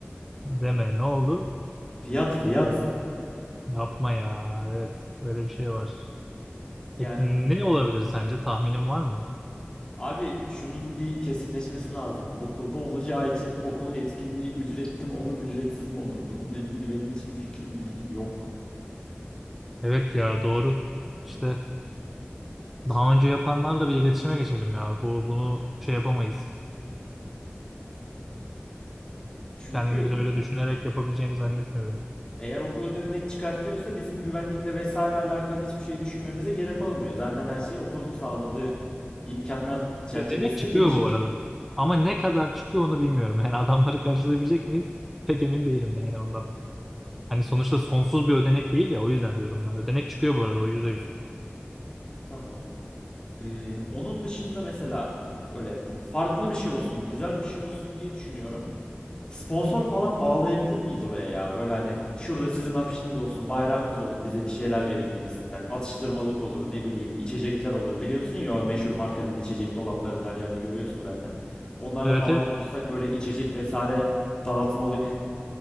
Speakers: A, in the centre; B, on the left.
A: Deme. Ne oldu?
B: Fiyat fiyat.
A: Yapma ya. Evet. Öyle bir şey var.
B: Yani
A: Peki ne olabilir sence? Tahminin var mı?
B: abi şunun bir kesinleşmesi lazım. Okulda olacağı için okul etkinliği ücretli mi olur, ücretsiz mi olur? Bununla ilgili benim hiçbir fikrim, bilgim yok.
A: Evet ya doğru. İşte
B: Şimdi,
A: daha önce yapanlarla bir iletişime geçelim ya. Bu bunu şey yapamayız.
B: çünkü
A: Kendimiz öyle düşünerek yapabileceğini zannetmiyorum.
B: eğer okul ödenek çıkartıyorsa bizim güvenlikle vesaire alakalı hiçbir şey düşünmemize gerek olmuyor. Zaten her şey okulun sağladığı imkanlar çerçevesinde
A: Ödenek çıkıyor
B: gelişir.
A: bu arada. Ama ne kadar çıkıyor onu bilmiyorum. Yani <laughs> adamları karşılayabilecek miyiz? Pek emin değilim yani ondan. Hani sonuçta sonsuz bir ödenek değil ya o yüzden diyorum ben. Ödenek çıkıyor bu arada o yüzde yüz.
B: Tamam. Ee, onun dışında mesela böyle farklı bir şey olsun, güzel bir şey olsun diye düşünüyorum. Sponsor falan bağlayabilir miyiz oraya ya? Böyle hani şurada sizin afişiniz olsun, bayrağınız olun, bize bir şeyler verin gibisinden. Atıştırmalık olur, ne bileyim, içecekler olur. Biliyorsun ya o meşhur markanın içecek dolaplarını her yerde görüyorsun zaten. Onlarla
A: Evet
B: falan
A: evet
B: konuşsak böyle içecek vesaire dağıtmalık